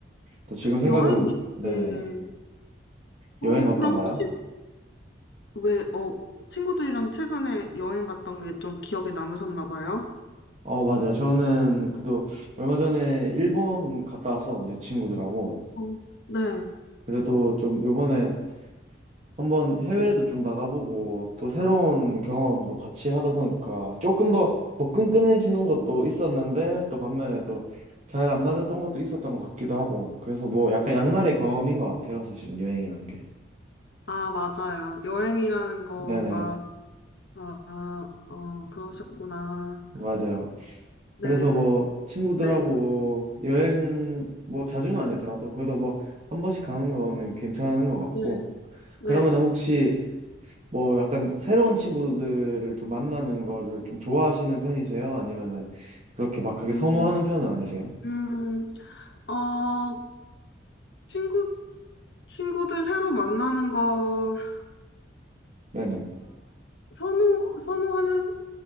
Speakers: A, on the right; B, on the left.
A: 또 지금 생각해보면,
B: 여행,
A: 네네.
B: 네. 어,
A: 여행 어떤가요?
B: 그럼 혹시 왜, 어, 친구들이랑 최근에 여행 갔던 게 좀 기억에 남으셨나 봐요?
A: 어, 맞아요. 저는 그래도 얼마 전에 일본 갔다 왔었는데, 친구들하고.
B: 어, 네.
A: 그래도 좀 요번에 한번 해외도 좀 나가보고 또 새로운 경험도 같이 하다 보니까 조금 더 뭐 끈끈해지는 것도 있었는데 또 반면에 또 잘 안 맞았던 것도 있었던 것 같기도 하고 그래서 뭐 약간 양날의 검인 것 같아요 사실은 여행이라는 게
B: 아, 맞아요. 여행이라는 거가
A: 네네
B: 아, 아, 어, 그러셨구나.
A: 맞아요
B: 네,
A: 그래서 뭐 친구들하고
B: 네,
A: 여행 뭐 자주는 아니더라도 그래도 뭐 한 번씩 가는 거는 괜찮은 것 같고
B: 네, 네.
A: 그러면 혹시 뭐 약간 새로운 친구들을 좀 만나는 거를
B: 음.
A: 좀 좋아하시는 편이세요? 아니면은 그렇게 막 그렇게
B: 음,
A: 선호하는 편은 아니세요?
B: 음, 어, 친구, 친구들 새로 만나는 거가
A: 네네.
B: 선호, 선호하는,